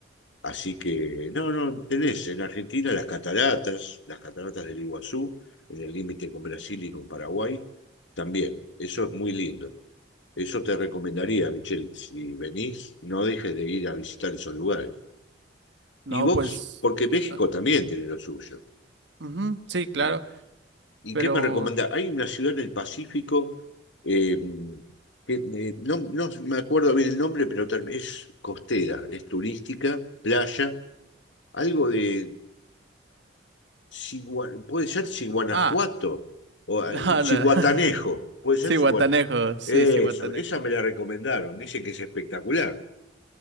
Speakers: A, on the left; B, on the right.
A: Así que, no, no, tenés en Argentina las cataratas, las cataratas del Iguazú, en el límite con Brasil y con Paraguay, también. Eso es muy lindo. Eso te recomendaría, Michelle, si venís, no dejes de ir a visitar esos lugares.
B: No,
A: Y vos,
B: pues
A: porque México
B: ah,
A: también tiene lo suyo.
B: ujú, sí, claro,
A: ¿Y, y
B: pero
A: qué me recomendás? Hay una ciudad en el Pacífico, eh, que, eh, no, no me acuerdo bien el nombre, pero ter- es costera, es turística, playa, algo de Chigua- puede ser Chiguanajuato
B: ah,
A: o
B: <laughs>
A: ah,
B: no,
A: Chiguatanejo,
B: no. <laughs>
A: puede ser
B: Sí,
A: Chiguat-
B: Guatanejo, sí,
A: Eso,
B: sí, Guatanejo.
A: esa me la recomendaron, dicen que es espectacular.